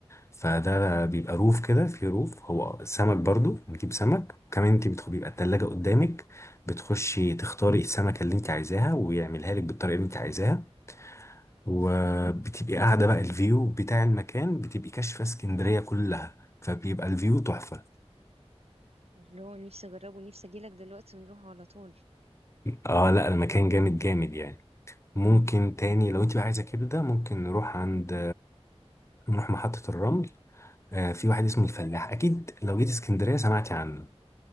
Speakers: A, on the left; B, on the right.
A: فده بيبقى روف كده في روف هو سمك برضو نجيب سمك وكمان انتي بتخ... بيبقى التلاجة قدامك بتخشي تختاري السمكة اللي انت عايزاها ويعملها لك بالطريقة اللي انت عايزاها وبتبقي قاعدة بقى الفيو بتاع المكان بتبقي كاشفة اسكندرية كلها فبيبقى الفيو تحفة
B: الله نفسي اجربه نفسي اجيلك دلوقتي ونروح على طول
A: اه لا المكان جامد جامد يعني ممكن تاني لو انت بقى عايزه كده ده ممكن نروح عند نروح محطة الرمل آه في واحد اسمه الفلاح اكيد لو جيت اسكندرية سمعتي عنه